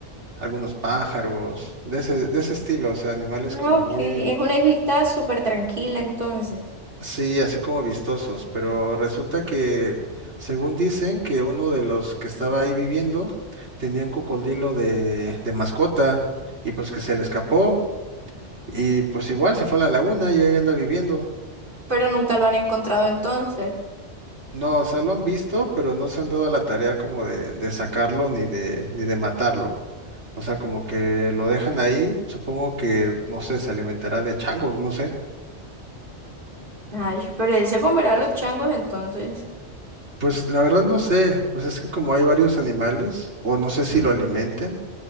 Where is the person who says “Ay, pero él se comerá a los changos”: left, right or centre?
Right